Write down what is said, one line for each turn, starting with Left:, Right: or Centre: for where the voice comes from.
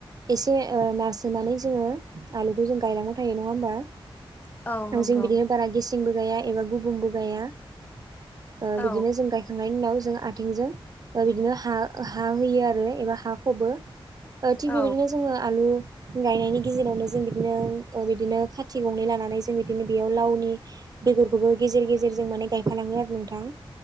Right: एसे ओ नारसोनानै जोङो आलुखौ जों गायनांगौ थायो नङा होमबा।
Left: औ नंगौ
Right: जों बिदिनो बारा गेसेंबो गाया एबा गुबुंबो गाया ओ
Left: औ
Right: बिदिनो जों गाय थांनायनि उनाव जों आथिंजों बिदिनो हा हा होयो आरो एबा हा फबो। ओ थिग
Left: औ
Right: बेबायदिनो जोङो आलु गायनायनि गेजेरावनो जों बिदिनो बिदिनो खाथि गंनै लानानै जों बिदिनो बेयाव लावनि बेफोरखौबो गेजेर गेजेरजों माने गायफालाङो आरो नोंथां।